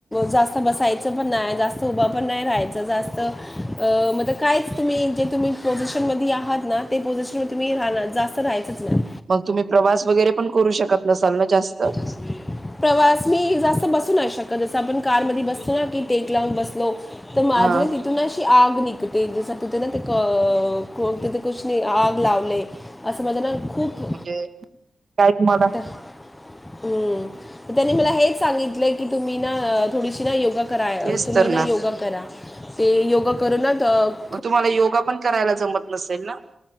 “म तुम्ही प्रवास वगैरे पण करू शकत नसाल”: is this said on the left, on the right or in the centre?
Right